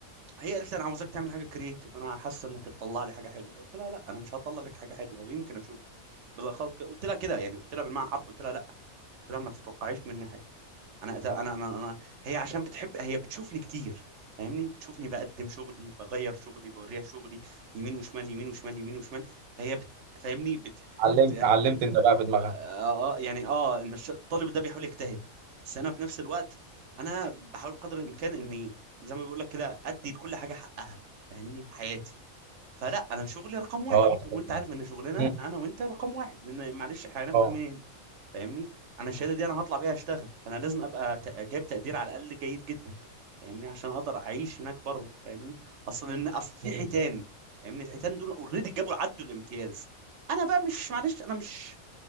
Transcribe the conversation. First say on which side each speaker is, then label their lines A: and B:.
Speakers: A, on the right (about 60°); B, on the right (about 80°).
A: هي قالت لي انا عاوزاك تعمل حاجه كريتيف انا حاسه انك تطلع لي حاجه حلوه قلت لها لا انا مش هطلع لك حاجه حلوه ويمكن اشوف بالاخص قلت لها كده يعني قلت لها بالمعنى حرف قلت لها قلت لها ما تتوقعيش مني حاجه انا انا انا انا هي عشان بتحب هي بتشوفني كتير فاهمني بتشوفني بقدم شغلي بغير شغلي بوريها شغلي يمين وشمال يمين وشمال يمين وشمال فهي بت... فاهمني بت...
B: علمت
A: بت... آه
B: علمت انت بقى في دماغها
A: آه، آه، يعني اه ان الش- الطالب ده بيحاول يجتهد بس انا في نفس الوقت انا بحاول بقدر الامكان اني زي ما بيقول لك كده ادي لكل حاجه حقها فاهمني في حياتي فلا انا شغلي رقم واحد
B: اه
A: وانت عارف ان شغلنا
B: مم.
A: انا وانت رقم واحد لان معلش هناكل
B: اه
A: منين فاهمني انا الشهاده دي انا هطلع بيها اشتغل انا لازم ابقى ت- جايب تقدير على الاقل جيد جدا فاهمني عشان اقدر اعيش هناك بره فاهمني اصل ان اصل في
B: مم.
A: حيتان فاهمني الحيتان دول اوريدي جابوا عدوا الامتياز انا بقى مش معلش انا مش